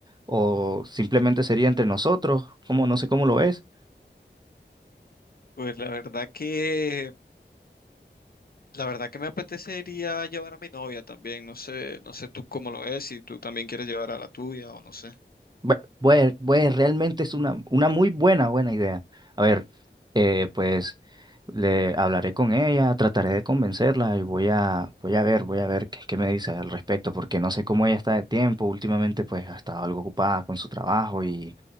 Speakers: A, on the right; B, on the left.
A: o simplemente sería entre nosotros, como, no sé cómo lo ves.
B: Pues la verdad que, la verdad que me apetecería llevar a mi novia también, no sé, no sé tú cómo lo ves, si tú también quieres llevar a la tuya o no sé.
A: Bue- bue- bue- realmente es una, una muy buena, buena idea. A ver, eh, pues le hablaré con ella, trataré de convencerla y voy a, voy a ver, voy a ver qué, qué me dice al respecto, porque no sé cómo ella está de tiempo. Últimamente, pues ha estado algo ocupada con su trabajo y,